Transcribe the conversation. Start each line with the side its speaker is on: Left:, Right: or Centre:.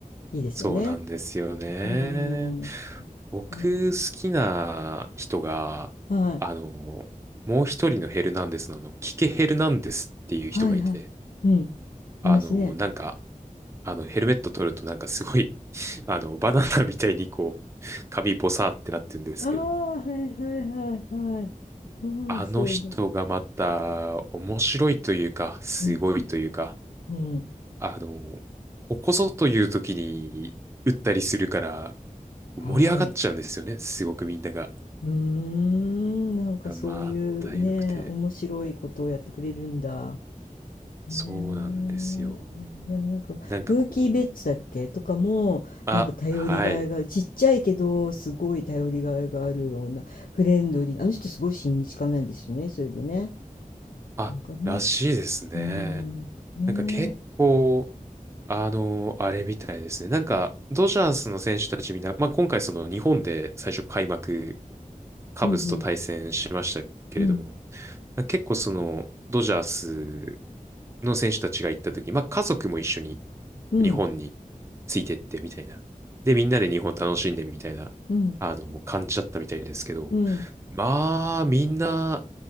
Left: いいですよね。
Right: そうなんですよね。
Left: うーん。
Right: 僕、
Left: は
Right: 好きな人が、
Left: い。
Right: あの、もう一人のヘルナンデスの、あの、キケ・ヘルナンデスっていう人がいて、
Left: はいはい。うん。
Right: あの、
Left: いますね。
Right: なんか、あの、ヘルメット取るとなんかすごい、<laughs> あの、バナナみたいにこう、髪ボサーってなってるんですけども、
Left: ああ、はいはいはいはい。うん、
Right: あの人がまた面白いというか、
Left: そうだ。
Right: すごいというか、
Left: うん、うん。
Right: あの、ここぞという時に打ったりするから、盛り上がっちゃうんですよね。
Left: はい。
Right: すごくみんなが。
Left: うーん、なんかそういうね、
Right: あまあ、体力て。
Left: 面白いことをやってくれるんだ。ねえ。
Right: そうなんですよ。
Left: いやでもなんか、
Right: なんかこう、
Left: ムーキー・ベッツだっけとかも、
Right: あ、
Left: なんか頼りがいがある。
Right: はい。
Left: ちっちゃいけど、すごい頼りがいがあるような、フレンドリー。あの人すごい親日家なんですよね、それでね。
Right: あ、
Left: なんかね、
Right: らしいですね。
Left: うーん、ねえ、
Right: なんか結構、あの、あれみたいですね。なんか、ドジャースの選手たちみんな、まあ今回その日本で最初開幕カブスと対戦しましたけれども、
Left: うんうん、うん、
Right: 結構その、ドジャースの選手たちが行った時、まあ家族も一緒に
Left: うん、
Right: 日本についてってみたいな。で、みんなで日本楽しんでみたいな、
Left: うん、
Right: あの、感じだったみたいですけど、
Left: うん、
Right: まあ、みんな、